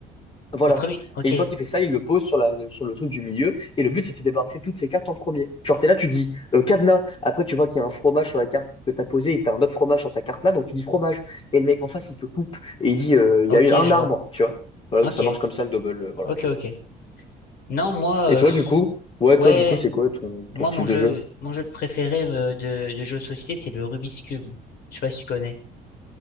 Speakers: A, on the left (about 30°); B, on the left (about 65°).
A: voilà.
B: premier. Ok.
A: Et une fois qu'il fait ça, il le pose sur la, sur le truc du milieu. Et le but, c'est de se débarrasser de toutes ces cartes en premier. Genre, t'es là, tu dis euh, cadenas. Après, tu vois qu'il y a un fromage sur la carte que t'as posée et t'as un autre fromage sur ta carte là. Donc, tu dis fromage. Et le mec en face, il te coupe et il dit euh,
B: Ok,
A: il y a eu un
B: je
A: arbre,
B: vois.
A: tu vois. Voilà,
B: Ok.
A: donc ça marche comme ça le double. euh, voilà.
B: Ok, ok. Non, moi,
A: Et toi,
B: euh, pff,
A: du coup, ouais,
B: ouais,
A: toi, du coup, c'est quoi ton,
B: moi,
A: ton style
B: mon jeu,
A: de jeu?
B: mon jeu préféré euh, de, de jeu de société, c'est le Rubik's Cube. Je sais pas si tu connais.